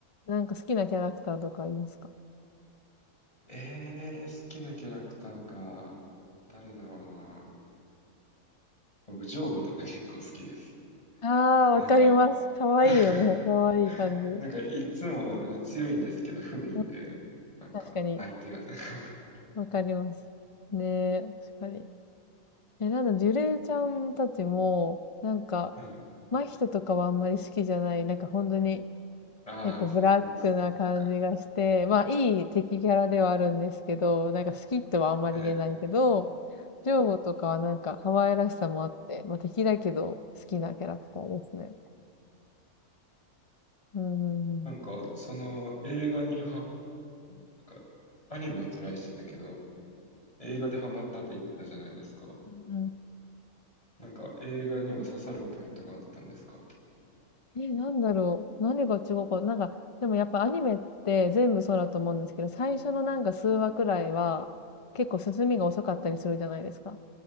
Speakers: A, on the left; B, on the left.
A: なんか好きなキャラクターとかいますか
B: えー、好きなキャラクターか。誰だろうな。僕、ジョーゴとか結構好きです。
A: ああ、
B: なんか
A: わかります。かわいいよね。
B: <laughs>
A: かわいい感じ。
B: <laughs> なんか、いつも、なんか強いんですけど、不憫で、
A: うん。
B: なんか、
A: 確かに。
B: 相手が <laughs>
A: わかります。ねえ、確かに。え、なんだ、ジュレイちゃんたちも、なんか、
B: はい。
A: 真人とかはあんまり好きじゃない。なんか本当に、
B: ああ、
A: 結構ブラックな感じがして、
B: そう、そうでしたね。なんか、
A: まあいい敵キャラではあるんですけど、なんか好きとはあんまり言えないけど、
B: はい。
A: ジョーゴとかはなんか可愛らしさもあって、まあ敵だけど好きなキャラクターですね。うんうん
B: なんか、その映画には、なんか、アニメはトライしてたけど、映画でハマったって言ってたじゃないですか。
A: うん。
B: なんか、映画には刺さるポイントがあったんですか
A: え、なんだろう。何が違うか。なんか、でもやっぱアニメって全部そうだと思うんですけど、最初のなんか数話くらいは結構進みが遅かったりするじゃないですか。